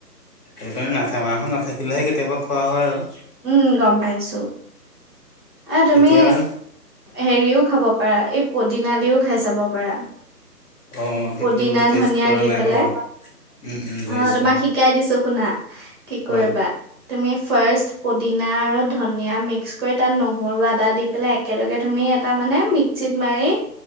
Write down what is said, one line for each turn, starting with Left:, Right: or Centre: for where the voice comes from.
Left: সেইকাৰণে নাথে, মাহঁত নাথাকিলেহে কেতিয়াবা খোৱা হয় আৰু।
Right: উম গম পাইছো, এ তুমি
Left: তেতিয়া আৰু
Right: হেৰিও খাব খাব পাৰা, এই পদিনা দিও খাই চাব পাৰা।
Left: অ', সেইটো
Right: পুদিনা,
Left: টেষ্ট
Right: ধনিয়া
Left: কৰা
Right: দি
Left: নাই
Right: পেলাই,
Left: বাৰু। উম, উম, বুজিছো
Right: আহ তোমাক
Left: অ',
Right: শিকাই দিছোঁ শুনা। কি
Left: কোৱা।
Right: কৰিবা তুমি ফাৰ্ষ্ট পুদিনা আৰু ধনিয়া মিক্স কৰি তাত নহৰু, আদা দি পেলাই একেলগে তুমি এটা মানে ক্সিত মাৰি